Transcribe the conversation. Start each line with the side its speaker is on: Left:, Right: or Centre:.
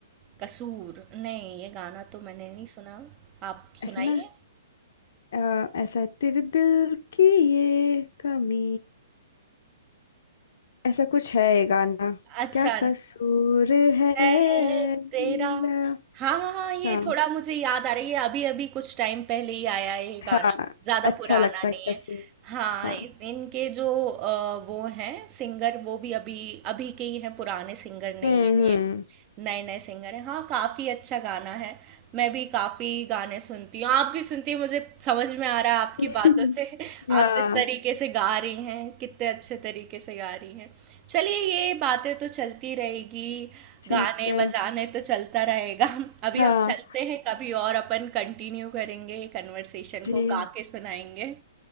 Right: कसूर नहीं ये गाना तो मैंने नहीं सुना आप
Left: ऐसा
Right: सुनाइए
Left: ना अ, ऐसा है, तेरे दिल की ये कमी ऐसा कुछ है ये गाना
Right: अच्छा
Left: क्या कसूर है मेरा
Right: ए, तेरा हाँ हाँ हाँ ये
Left: हाँ
Right: थोड़ा मुझे याद आ रही है अभी अभी कुछ टाइम पहले ही आया है ये
Left: हाँ
Right: गाना ज्यादा
Left: अच्छा
Right: पुराना
Left: लगता है
Right: नहीं
Left: कसूर
Right: है हाँ
Left: हाँ
Right: इन- इनके जो अ, वो हैं सिंगर वो भी अभी अभी के ही हैं पुराने सिंगर नहीं
Left: हम्म
Right: है ये नए नए सिंगर हैं हाँ काफ़ी अच्छा गाना है मैं भी काफ़ी गाने सुनती हूँ आप भी सुनती हैं मुझे समझ में आ रहा है आपकी
Left: हम्म
Right: बातों से <laughs>
Left: <laughs>
Right: आप
Left: हाँ
Right: जिस तरीके से गा रही हैं कितने अच्छे तरीके से गा रही हैं चलिए ये बातें तो चलती रहेगी
Left: ठीक
Right: गाने
Left: है
Right: बजाने तो चलता रहेगा अभी
Left: हाँ
Right: हम चलते हैं कभी और अपन कंटिन्यू करेंगे ये कन्वर्सेशन
Left: जी
Right: को गा के सुनाएंगे